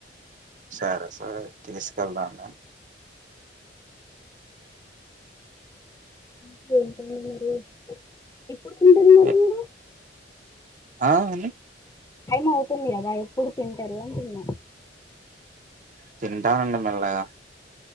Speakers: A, on the right; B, on the left.
A: సరే సరే తీసుకెళ్తా అండి
B: మ్ వెంటనే మ్యారేజ్ ఇప్ సూటిగ మాట్లాడు
A: నేను ఆ అను
B: టైం అవుతుంది కదా ఎప్పుడు తింటారు అంటున్నా
A: తింటానండి మెల్లగా